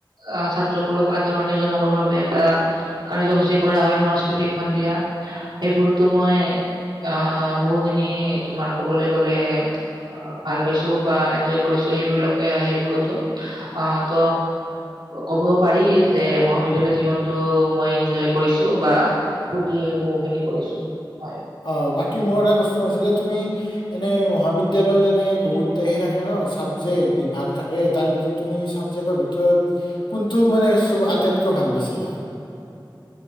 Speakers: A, on the right; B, on the left.
A: আহ ছাত্ৰবোৰক আদৰণি জনাবৰ বাবে এটা কাৰ্যসূচী কৰা হয় সাংস্কৃতিক সন্ধিয়া সেইবোৰতো মই আহ বহুখিনি তোমাৰ কবলৈ গলে ভাল পাইছো বা এনজয় কৰিছো সেইবোৰ এ সেইবোৰতো আহ ত ক'ব পাৰি যে মহাবিদ্যালয় জীৱনতটো মই এনজয় কৰিছো বা ফূুৰ্তি বহুখিনি কৰিছো হয়।
B: অ বাকী মোৰ এটা প্ৰশ্ন আছিলে তুমি এনে মহাবিদ্যালয়ত এনে বহুত সেই থাকে ন চাবজেক্ট বিভাগ থাকে তাৰ ভিতৰত তুমি। ত কোনটো মানে। ব আটাইতকৈ ভাল পাইছিলা।